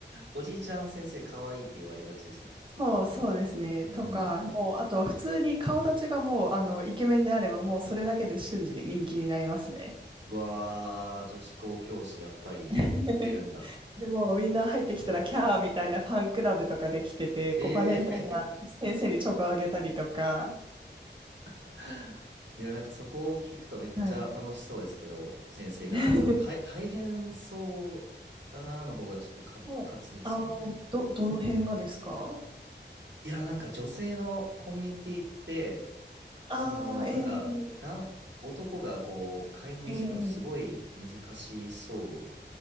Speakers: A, on the right; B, on the right.
A: おじいちゃん先生可愛いって言われがちですよね。
B: そう、そうですね。
A: うん。
B: とか、もう、あとは普通に顔立ちがもう、あの、イケメンであれば、もうそれだけで瞬時に人気になりますね。
A: うわー、女子校教師、やっぱり、
B: <laughs>
A: モテるんだ。
B: でも、みんな入ってきたら、キャーみたいなファンクラブとかできてて、
A: ええ
B: こう、バレンタインは先生にチョコあげたりとか。
A: <laughs> いや、なんかそこを聞くとめっちゃ楽しそうですけど、
B: はい。
A: 先生側も。
B: <laughs>
A: でも大、大変そうだなーの方がちょっとか勝つですけどね。
B: もうあー、ど、どの辺がですか
A: いや、なんか女性のコミュニティって、
B: ああー、
A: その、
B: え
A: なんか、男、男がこう、介入するのすごい難しそ
B: ー、えー、